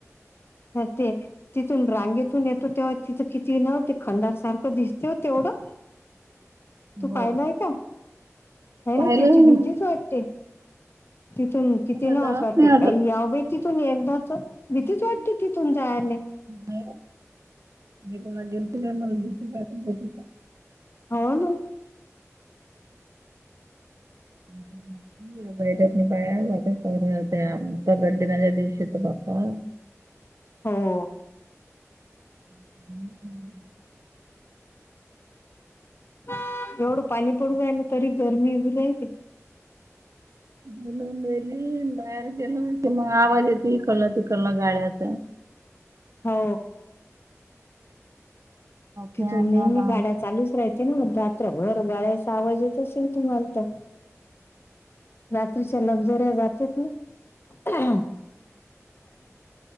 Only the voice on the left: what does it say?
ह ते तिथून रांगेतून येतो तेव्हा तिथं किती न ते खंडार सारखं दिसत तेवढं. तू पाहिलाय
का ह
ना त्याची
भीतीच
वाटते. ते तिथून किती
न
असं वाटते
काही याव बाई तिथून एकदाच. भीतीच
वाटते तिथून जायला
हो ना
हो
एवढं पाणी पडू राहिला तरी गरमी होऊ राहिली.
हो तिथून
नेहमी
गाड्या चालूच राह ते ना रात्रभर गाड्याचा आवाज येत असेल तुम्हाला तर. रात्रीच्या लक्झऱ्या जात ना.